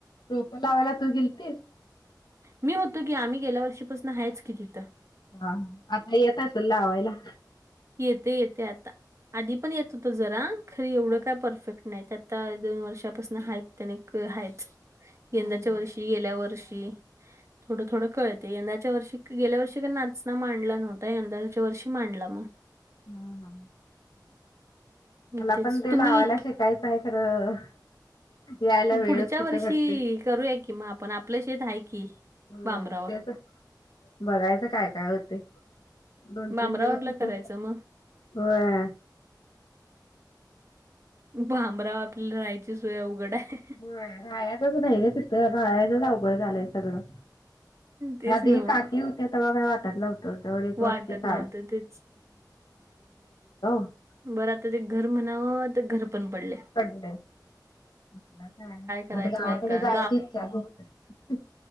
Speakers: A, on the left; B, on the right.
A: रोपं लावायला तू गेलतीस.
B: मी होतो की आम्ही गेल्या वर्षीपासनं हायच की तिथं.
A: हां आता येत असल लावायला.
B: येते येते आता आधी पण येत होत जरा खर एवढं
A: हा
B: काय परफेक्ट नाईत आता दोन वर्षापासून हायत अणीक हायच.
A: हा
B: यंदाच्या
A: हा.
B: वर्षी गेल्या वर्षी. थोडं थोडं कळते यंदाच्या वर्षी क गेल्या वर्षी का नाचना मांडला नव्हता यंदाच्या वर्षी मांडला म.
A: हां हां.
B: मग
A: मला
B: तेच
A: पण ते
B: तुम्ही
A: लावायला शिकायचं आहे खरं, यायला
B: मग
A: वेळच
B: पुढच्या
A: कुठं
B: वर्षी
A: भेटतोय.
B: करूया की म आपण आपलं शेत हाय की.
A: होय
B: बांबरावर
A: तेच बघायचं काय काय होतय. दोन तीन
B: बांबरावरला
A: दिवस तीथंच
B: करायचं मग
A: व्हय.
B: भांमरा आपल्या राहायची सोय अवघडाय.
A: र्हायाचंच नाय ना तिथं र्हायाचंच अवघड झालंय सगळं.
B: तेच
A: आधी
B: नव्ह
A: काकी होती तवा काय वाटत नव्ह तेवढी एक वस्ती
B: वाटत
A: काढ
B: नव्हतं तेच.
A: <unintelligible>
B: बरं आता ते घर म्हणावं त घर पण पडले
A: <unintelligible> कसलं काय
B: करायचं
A: आता गावाकडं
B: काय कळना
A: जायची इच्छाच होत नाई.